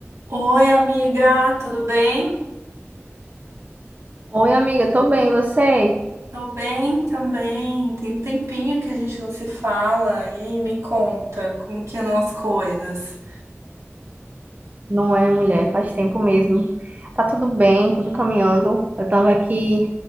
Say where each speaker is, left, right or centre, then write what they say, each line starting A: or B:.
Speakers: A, on the right (about 80°); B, on the right (about 35°).
A: Oi, amiga, tudo bem?
B: Oi, amiga, tô bem, e você?
A: Tô bem também. Tem um tempinho que a gente não se fala. E aí, me conta, como que andam as coisas?
B: Não é, mulher, faz tempo mesmo. Tá tudo bem, tudo caminhando. Eu tava aqui